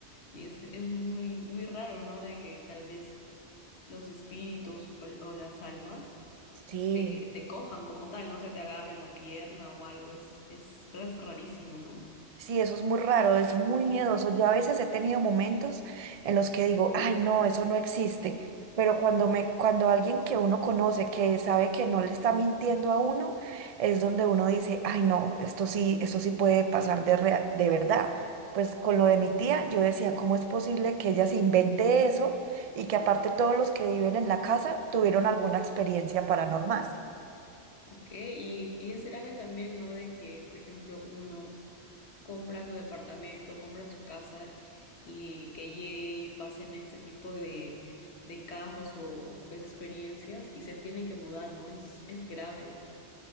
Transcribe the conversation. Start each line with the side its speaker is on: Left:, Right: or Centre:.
Left: Y es, es muy, muy raro, ¿no? De que tal vez los espíritus o, o las almas
Right: Sí.
Left: te, te cojan como tal, ¿no? O sea, te agarren la pierna o algo, es, es, es rarísimo, ¿no?
Right: Sí, eso es muy raro, es muy miedoso. Yo a veces he tenido momentos en los que digo, ay, no, eso no existe. Pero cuando me, cuando alguien que uno conoce, que sabe que no le está mintiendo a uno, es donde uno dice, ay, no, esto sí, esto sí puede pasar de rea- de verdad. Pues con lo de mi tía, yo decía, ¿cómo es posible que ella se invente eso y que aparte todos los que viven en la casa tuvieron alguna experiencia paranormal?
Left: Ok, y, y es grave también, ¿no? De que, por ejemplo, uno compra su departamento, compra su casa y que llegue y pasen este tipo de, de casos o experiencias y se tiene que mudar, ¿no? Es, es grave.